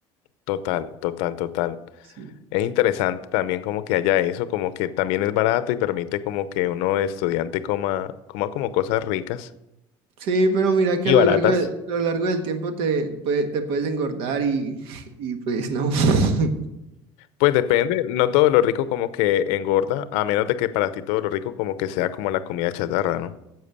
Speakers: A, on the left; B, on the right.
A: Total, total, total.
B: Sí.
A: Es interesante también como que haya eso, como que también es barato y permite como que uno estudiante coma, coma como cosas ricas.
B: Sí, pero mira que
A: Y
B: a lo
A: baratas.
B: largo de a lo largo del tiempo te, puede- te puedes engordar y, <laughs> y pues no. <laughs>
A: Pues depende, no todo lo rico como que engorda, a menos de que para ti todo lo rico como que sea como la comida chatarra, ¿no?